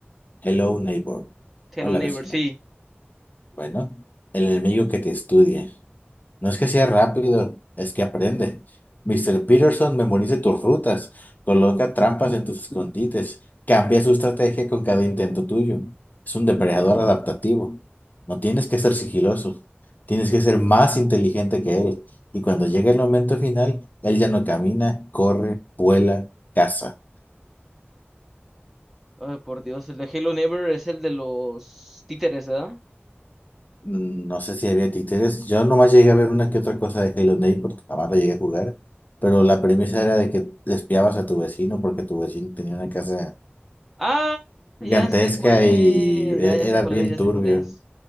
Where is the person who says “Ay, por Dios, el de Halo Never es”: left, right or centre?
Centre